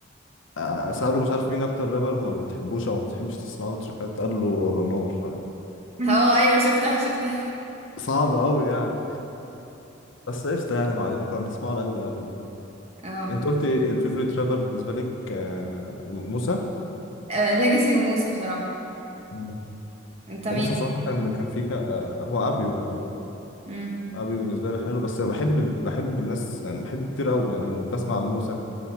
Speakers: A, on the left (about 65°); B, on the right (about 30°).
A: آه، سأله مش عارف مين اكتر رابر ما بتحبوش او ما بتحبش تسمع له تراكات قال له ابو نور يعني
B: اه ايوه شفتها شفتها
A: صعب قوي يعني بس قشطة يعني ما علينا كنا بنسمعه لاجل قبل يعني.
B: اه
A: انت قلت الفيفوريت رابر بالنسبة لك آه، موسى
B: ليجاسي وموسى بصراحه
A: مم.
B: انت
A: وموسى صراحة كان كان في ك... آه، هو ابيو
B: مين
A: ابي بالنسبه لي حلو بس بحب ال- بحب الناس يعني بحب كتير قوي يعني أنا بسمع عم موسى